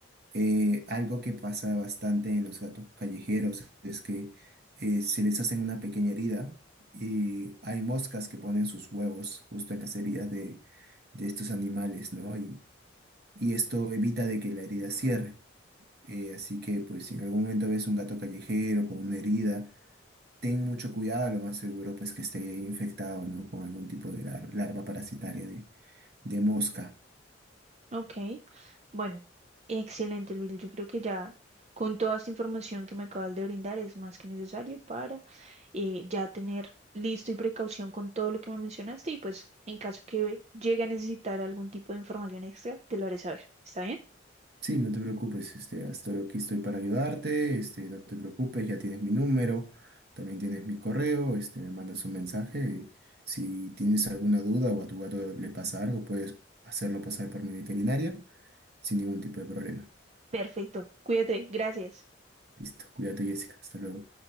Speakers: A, on the right (about 55°); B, on the right (about 35°).
A: Eh, algo que pasa bastante en los gatos callejeros es que eh, se les hacen una pequeña herida y hay moscas que ponen sus huevos justo en las heridas de, de estos animales, ¿no? Y, y esto evita de que la herida cierre. Eh, así que pues si en algún momento ves un gato callejero con una herida, ten mucho cuidado, lo más seguro pues que esté ahí infectado, ¿no? Con algún tipo de lar- larva parasitaria de, de mosca.
B: Ok, bueno, excelente, Luis. Yo creo que ya con toda esta información que me acabas de brindar es más que necesario para eh, ya tener listo y precaución con todo lo que me mencionaste y pues en caso que llegue a necesitar algún tipo de información extra, te lo haré saber. ¿Está bien?
A: Sí, no te preocupes, este, estoy aquí estoy para ayudarte, este, no te preocupes, ya tienes mi número, también tienes mi correo, este, me mandas un mensaje. Si tienes alguna duda o a tu gato le pasa algo, puedes hacerlo pasar por mi veterinaria sin ningún tipo de problema.
B: Perfecto. Cuídate. Gracias.
A: Listo, cuídate, Jessica, hasta luego.